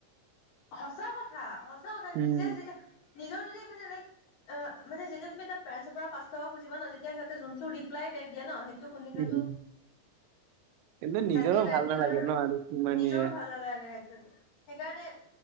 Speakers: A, on the left; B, on the right.
A: সঁচা কথা সঁচা কথা
B: উম,
A: নিজে যেতিয়া নিজৰ যদি মানে লাইক মানে যেতিয়া তুমি এটা পেৰেণ্টছৰ পৰা পাঁচ টকা খুজিবা ন যেতিয়া সিহঁতে যোনটো ৰিপ্লাই বেক দিয়ে ন শুনিলেতো
B: উম। কিন্তু নিজৰো
A: তাতকে বেতাৰ
B: ভাল নালাগে ন আৰু কিমান
A: নিজৰো
B: ইয়ে
A: ভাল নালাগে স সেইকাৰণে